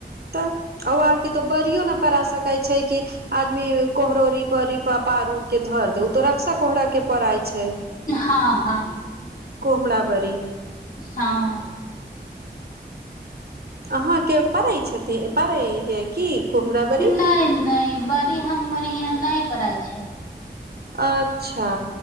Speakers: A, on the right (about 65°); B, on the left (about 50°).
A: तऽ ओ आर के तो बरियो न पड़ा सकैत छै कि आदमी कोहरोरी बरि पापड़ पार उर के धर दे ओ तऽ रक्शा कोहरा के पड़ाइ छै
B: हँ हँ
A: कोमला बरी
B: हँ
A: अहाँ के पड़ै छथिन पड़ै हियै की कोहमरा बरी
B: नहि नहि बड़ी हमर यहाँ नहि परै छै
A: अच्छा